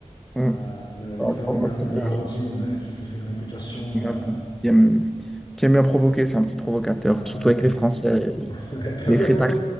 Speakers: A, in the centre; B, on the left.
A: Hmm,
B: Euh, le, le
A: la
B: fameux
A: provoque.
B: gardien
A: euh,
B: de l'Argentine, euh, qui s'est fait une réputation,
A: Oui, Qui
B: euh,
A: aime, qui aime bien provoquer, c'est un petit provocateur,
B: euh, ouais,
A: surtout
B: ouais, exactement.
A: avec les Français.
B: Ouais, T'as
A: Il
B: vu
A: est très
B: après
A: tac-
B: quoi?